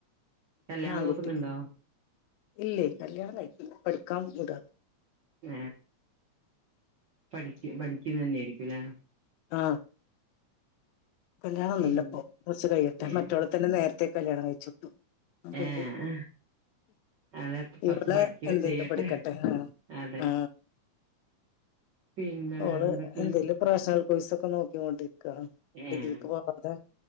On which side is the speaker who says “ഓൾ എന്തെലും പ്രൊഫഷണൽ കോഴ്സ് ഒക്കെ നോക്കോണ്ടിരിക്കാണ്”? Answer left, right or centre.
Left